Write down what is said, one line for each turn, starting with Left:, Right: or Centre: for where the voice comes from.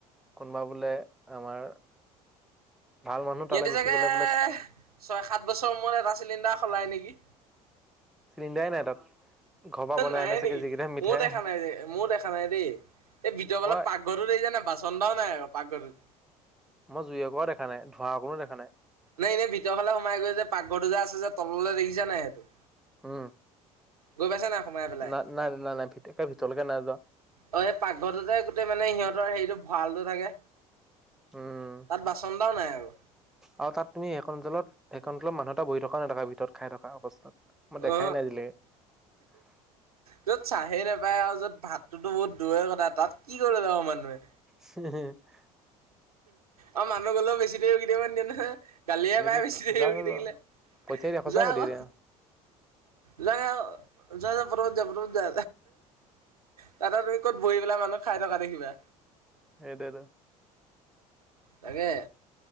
Centre: কোনবা বোলে আমাৰ ভাল মানুহ
Right: সিহঁতি
Centre: তালৈ গুচি
Right: চাগে
Centre: গ'লে বোলে
Right: ছয় সাত বছৰ মূৰত এটা চিলিণ্ডাৰ সলায় নেকি
Centre: চিলিণ্ডাই নাই তাত ঘৰ পৰা বনাই
Right: নাই
Centre: আনে চাগে
Right: নেকি
Centre: যিকেইটা মিঠাই
Right: ময়ো দেখা নাই যে ময়ো দেখা নাই দেই এই ভিতৰফালে
Centre: মই
Right: পাকঘৰটো দেখিছা নাই বাচন এটাও নাই আকৌ পাকঘৰটোত
Centre: মই জুই একোৱাও দেখা নাই ধোঁৱা অকণো দেখা নাই
Right: নাই এনেই ভিতৰ ফালে সোমাই গৈ যে পাকঘৰটো যে আছে যে তললৈ দেখিচা নাই সেইটো
Centre: উম
Right: গৈ পাইছা নাই সোমাই পেলাই
Centre: না নাই নাই নাই ভিতৰলৈকে নাই যোৱা
Right: অ পাকঘৰতে গোতেই মানে সিহঁত হেৰিটো ভঁৰালটো থাকে
Centre: উম
Right: তাত বাচন এটাও নাই আৰু
Centre: আৰু তাত তুমি সেই সেইখন হোটেলত সেইখন হোটেলত মানুহ এটা বহী থকা নেদেখা ভিতৰত খাই থকা অৱস্থাত মই দেখাই
Right: অ
Centre: নাই আজিলৈকে
Right: য'ত চাহেই নেপায় আৰু য'ত ভাতটোতো বহুত দূৰেৰ কথা তাত কি কৰিব যাব মানুহে
Centre: <unintelligible>
Right: অ মানুহ গ'লেও বেছি দেৰি ৰখি থাকিব নিদিয়ে নহয় গালিয়ে
Centre: নিদেখ
Right: পায় বেছি দেৰি
Centre: যা
Right: ৰখি
Centre: যা যা
Right: থাকিলে
Centre: পঠিয়াই দিয়া সঁচা
Right: যোৱা
Centre: পঠিয়াই
Right: আকৌ
Centre: দিয়া।
Right: যোৱা আকো যোৱা যোৱা পতাপত যোৱা তাতে তুমি ক'ত বহি পেলে মানুহ খাই থকা দেখিবা
Centre: সেইটোৱেটো
Right: তাকে